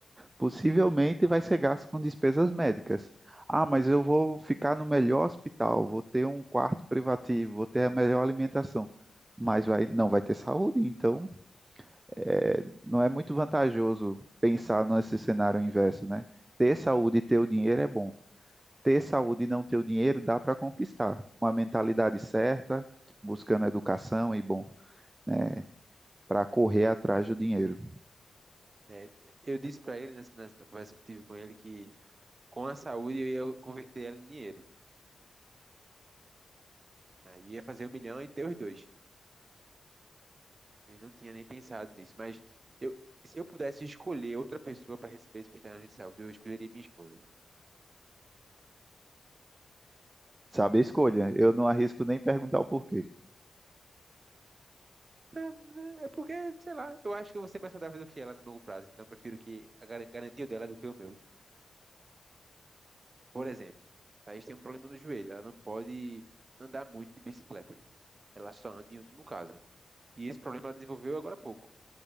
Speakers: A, on the right (about 20°); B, on the right (about 35°).
A: possivelmente vai ser gasto com despesas médicas. Ah, mas eu vou ficar no melhor hospital, vou ter um quarto privativo, vou ter a melhor alimentação, mas vai, não vai ter saúde, então é, não é muito vantajoso pensar nesse cenário inverso, né? Ter saúde e ter o dinheiro é bom. Ter saúde e não ter o dinheiro dá para conquistar, com a mentalidade certa, buscando educação e bom, né? Para correr atrás do dinheiro.
B: É, eu disse para ele, nessa, nessa- na conversa que eu tive com ele, que com a saúde eu ia converter ela em dinheiro. Aí ia fazer um milhão e ter os dois. Ele não tinha nem pensado nisso, mas eu, se eu pudesse escolher outra pessoa para receber esse milhão de saúde, eu escolheria minha esposa.
A: Sabe a escolha? Eu não arrisco nem perguntar o porquê.
B: É é porque, sei lá, eu acho que eu vou ser mais saudável do que ela no longo prazo, então eu prefiro que a gar- garantia dela é do que o meu. Por exemplo, a Thaís tem um problema no joelho, ela não pode andar muito de bicicleta. Ela só anda em último caso. E esse problema ela desenvolveu agora há pouco.